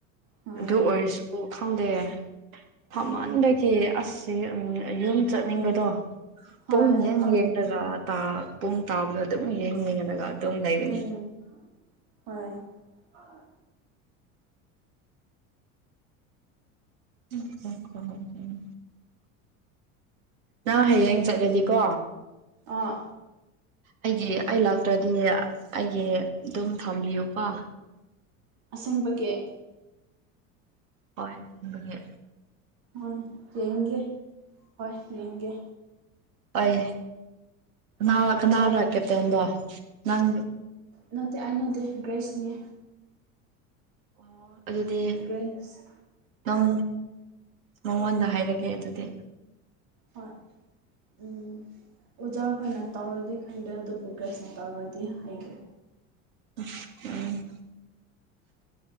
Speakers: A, on the right; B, on the right.
A: ꯍꯣꯏ
B: ꯑꯗꯨ ꯑꯣꯏꯔꯁꯨ ꯈꯪꯗꯦ ꯐꯝꯃꯟꯕꯒꯤꯦ
A: ꯎꯝ
B: ꯑꯁ ꯌꯨꯝ ꯆꯠꯅꯤꯡꯕꯗꯣ
A: ꯍꯣꯏ
B: ꯄꯨꯡ ꯌꯦꯡ
A: ꯍꯣꯏ
B: ꯌꯦꯡꯂꯒ ꯄꯨꯡ ꯇꯥꯕꯗꯣ ꯑꯗꯨꯝ ꯌꯦꯡ ꯌꯦꯡꯂꯒ ꯑꯗꯨꯝ ꯂꯩꯕꯅꯤ
A: ꯎꯝ ꯍꯣꯏ ꯑ
B: ꯎꯝ ꯎꯝꯝꯝ ꯎꯝ ꯅꯪ ꯍꯌꯦꯡ ꯆꯠꯂꯦꯗꯤꯀꯣ
A: ꯑꯥ
B: ꯑꯩꯒꯤ ꯑꯩ ꯂꯥꯛꯇ꯭ꯔꯗꯤ ꯑꯩꯒꯤ ꯑꯗꯨꯝ ꯊꯝꯕꯤꯌꯨꯀꯣ
A: ꯑꯁꯪꯕꯒꯤ
B: ꯍꯣꯏ ꯊ
A: ꯍꯣꯏ ꯌꯦꯡꯒꯦ ꯍꯣꯏ ꯌꯦꯡꯒꯦ
B: ꯑꯦꯏ ꯀꯅ
A: ꯑꯣꯖꯥ
B: ꯀꯅꯔ ꯀꯦꯞꯇꯦꯟ ꯗꯣ ꯅꯪ
A: ꯅꯠꯇꯦ ꯑ ꯅꯠꯇꯦ ꯒ꯭ꯔꯦꯁꯅꯦ
B: ꯑꯣ ꯑꯗꯨꯗꯤ
A: ꯒ꯭ꯔꯦꯁ
B: ꯅꯪ ꯅꯉꯣꯟꯗ ꯍꯥꯏꯔꯒꯦ ꯑꯗꯨꯗꯤ
A: ꯍꯣꯏ ꯎꯝ ꯑꯣꯖꯥꯈꯣꯏꯅ ꯇꯧꯔꯗꯤ ꯈꯟꯗꯦ ꯑꯗꯨꯕꯨ ꯒ꯭ꯔꯦꯁꯅ ꯇꯧꯔꯗꯤ ꯍꯥꯏꯒꯦ
B: ꯎꯝ